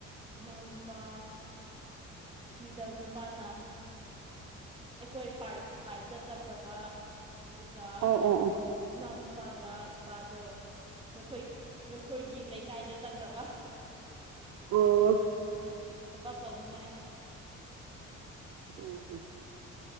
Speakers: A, on the right; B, on the right.
A: ꯏꯅꯥꯎꯅꯨꯄꯥ ꯃꯤꯗ ꯅꯨꯄꯥꯅ ꯑꯩꯈꯣꯏ ꯄꯥꯔꯠ ꯐꯥꯏꯚꯇ ꯆꯠꯈ꯭ꯔꯕ ꯑꯗꯨꯒ
B: ꯑꯣ ꯑꯣ ꯑꯣ
A: ꯏꯅꯥꯎꯅꯨꯄꯥꯒ ꯏꯄꯥꯗꯣ ꯅꯈꯣꯏ ꯅꯈꯣꯏꯒꯤ ꯂꯩꯀꯥꯏꯗ ꯆꯠꯈ꯭ꯔꯕ
B: ꯑꯣ
A: ꯊꯕꯛ ꯇꯧꯅꯤꯡꯉꯥꯏ
B: ꯑ